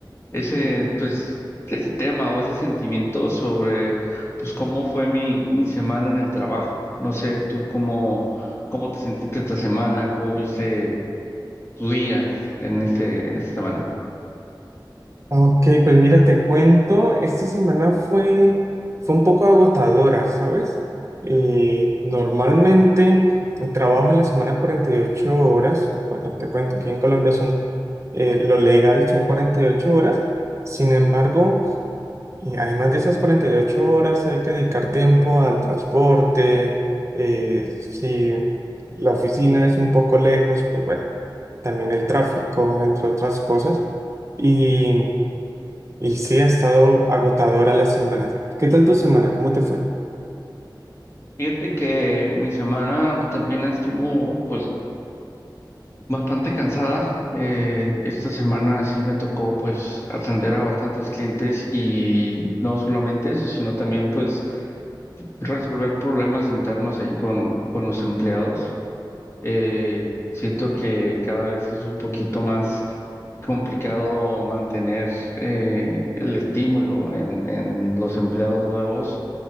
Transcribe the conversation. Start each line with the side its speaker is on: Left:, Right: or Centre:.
Left: ese, pues, ese tema o ese sentimiento sobre, pues, cómo fue mi, mi semana en el trabajo. No sé, tú cómo, cómo te sentiste esta semana, cómo viste tu día en este, en esta semana.
Right: Ok, pues mira, te cuento, esta semana fue, fue un poco agotadora, ¿sabes? Eh, normalmente trabajo en la semana 48 horas. Bueno, te cuento, aquí en Colombia son, eh, lo legal son 48 horas. Sin embargo... Y además de esas 48 horas hay que dedicar tiempo al transporte, eh, si la oficina es un poco lejos, pues bueno, también el tráfico, entre otras cosas. Y, y sí, ha estado agotadora la semana. ¿Qué tal tu semana? ¿Cómo te fue?
Left: Fíjate que mi semana también estuvo pues bastante cansada. Eh, esta semana sí me tocó pues atender a bastantes clientes y no solamente eso, sino también pues resolver problemas internos ahí con, con los empleados. Eh, siento que cada vez es un poquito más complicado mantener eh, el estímulo en, en los empleados nuevos